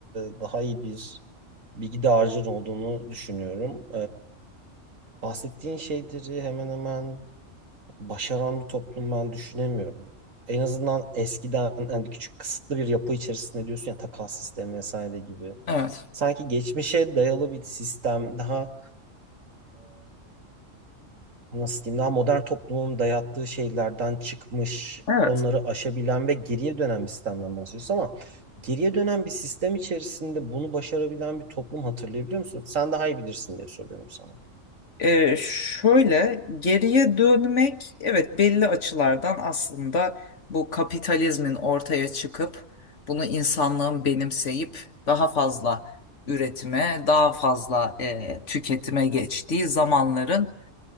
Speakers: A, on the right; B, on the left.
A: e, daha iyi bir bilgi dağarcığın olduğunu düşünüyorum. E, bahsettiğin şeyleri hemen hemen başaran bir toplum ben düşünemiyorum. En azından eskiden hani küçük kısıtlı bir yapı içerisinde diyorsun ya takas sistemi vesaire gibi.
B: Evet.
A: Sanki geçmişe dayalı bir sistem daha nasıl diyeyim daha modern toplumun dayattığı şeylerden çıkmış,
B: Evet.
A: onları aşabilen ve geriye dönen bir sistemden bahsediyoruz ama geriye dönen bir sistem içerisinde bunu başarabilen bir toplum hatırlayabiliyor musun? Sen daha iyi bilirsin diye soruyorum sana.
B: Ee, şöyle geriye dönmek evet belli açılardan aslında bu kapitalizmin ortaya çıkıp bunu insanlığın benimseyip daha fazla üretime, daha fazla e, tüketime geçtiği zamanların